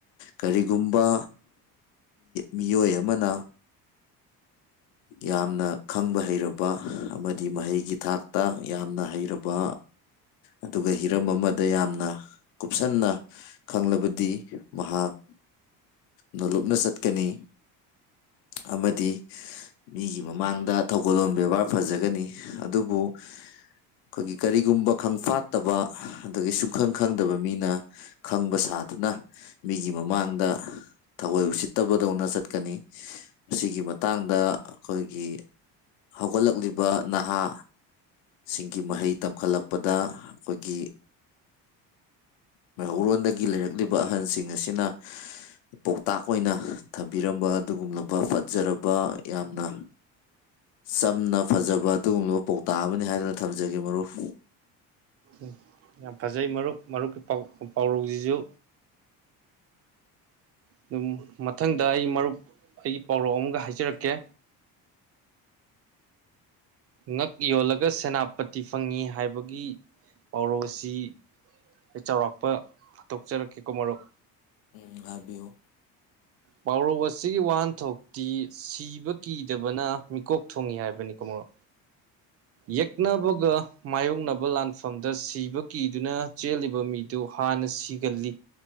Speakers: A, on the left; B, on the right.
A: ꯀꯔꯤꯒꯨꯝꯕ ꯃꯤꯑꯣꯏ ꯑꯃꯅ ꯌꯥꯝꯅ ꯈꯪꯕ ꯍꯩꯔꯕ ꯑꯃꯗꯤ ꯃꯍꯩꯒꯤ ꯊꯥꯛꯇ ꯌꯥꯝꯅ ꯍꯩꯔꯕ ꯑꯗꯨꯒ ꯍꯤꯔꯝ ꯑꯃꯗ ꯌꯥꯝꯅ ꯀꯨꯞꯁꯟꯅ ꯈꯪꯂꯕꯗꯤ ꯃꯍꯥꯛ ꯅꯣꯂꯨꯞꯅ ꯆꯠꯀꯅꯤ ꯑꯃꯗꯤ ꯃꯤꯒꯤ ꯃꯃꯥꯡꯗ ꯊꯧꯒꯜꯂꯣꯟ ꯕꯦꯕꯥꯔ ꯐꯖꯒꯅꯤ ꯑꯗꯨꯕꯨ ꯑꯩꯈꯣꯏꯒꯤ ꯀꯔꯤꯒꯨꯝꯕ ꯈꯪ ꯐꯥꯠꯇꯕ ꯑꯗꯒꯤ ꯁꯨꯡꯈꯪ ꯈꯪꯗꯕ ꯃꯤꯅ ꯈꯪꯕ ꯁꯥꯗꯨꯅ ꯃꯤꯒꯤ ꯃꯃꯥꯡꯗ ꯊꯒꯣꯏ ꯎꯁꯤꯠꯇꯕꯗꯧꯅ ꯆꯠꯀꯅꯤ ꯃꯁꯤꯒꯤ ꯃꯇꯥꯡꯗ ꯑꯩꯈꯣꯏꯒꯤ ꯍꯧꯒꯠꯂꯛꯂꯤꯕ ꯅꯍꯥ ꯁꯤꯡꯒꯤ ꯃꯍꯩ ꯇꯝꯈꯠꯂꯛꯄꯗ ꯑꯩꯈꯣꯏꯒꯤ ꯃꯩꯍꯧꯔꯣꯟꯜꯗꯒꯤ ꯂꯩꯔꯛꯂꯤꯕ ꯑꯍꯜꯁꯤꯡ ꯑꯁꯤꯅ ꯄꯥꯎꯇꯥꯛ ꯑꯣꯏꯅ ꯊꯝꯕꯤꯔꯝꯕ ꯑꯗꯨꯒꯨꯝꯂꯕ ꯐꯖꯔꯕ ꯌꯥꯝꯅ ꯆꯝꯅ ꯐꯖꯕ ꯑꯗꯨꯒꯨꯝꯂꯕ ꯄꯥꯎꯇꯥꯛ ꯑꯃꯅꯤ ꯍꯥꯏꯗꯨꯅ ꯊꯝꯖꯒꯦ ꯃꯔꯨꯞ
B: ꯎꯝ ꯌꯥꯝ ꯐꯖꯩ ꯃꯔꯨꯞ ꯃꯔꯨꯞꯀꯤꯥꯎ ꯄꯥꯎꯔꯧꯁꯤꯁꯨ ꯑꯗꯨꯝ ꯃꯊꯪꯗ ꯑꯩ ꯃꯔꯨꯞ ꯑꯩꯒꯤ ꯄꯥꯎꯔꯧ ꯑꯃꯒ ꯍꯥꯏꯖꯔꯛꯀꯦ ꯉꯛ ꯌꯣꯜꯂꯒ ꯁꯦꯅꯥꯄꯇꯤ ꯐꯪꯉꯤ ꯍꯥꯏꯕꯒꯤ ꯄꯥꯎꯔꯧ ꯑꯁꯤ ꯑꯩ ꯆꯥꯎꯔꯥꯛꯄ ꯍꯥꯗꯣꯛꯆꯔꯛꯀꯦꯀꯣ ꯃꯥꯔꯨꯛ
A: ꯎꯝ ꯍꯥꯏꯕꯤꯌ
B: ꯄꯥꯎꯔꯧ ꯑꯁꯤꯒꯤ ꯋꯥꯍꯟꯊꯣꯛꯇꯤ ꯁꯤꯕ ꯀꯤꯗꯕꯅ ꯃꯤꯀꯣꯛ ꯊꯣꯡꯏꯤ ꯍꯥꯏꯕꯅꯤꯀꯣ ꯃꯥꯔꯨ
A: <unintelligible>
B: ꯌꯦꯛꯅꯕꯨꯒ ꯃꯥꯌꯣꯛꯅꯕ ꯂꯥꯟꯐꯝꯗ ꯁꯤꯕ ꯀꯤꯗꯨꯅ ꯆꯦꯜꯂꯤꯕ ꯃꯤꯗꯨ ꯍꯥꯟꯅ ꯁꯤꯒꯜꯂꯤ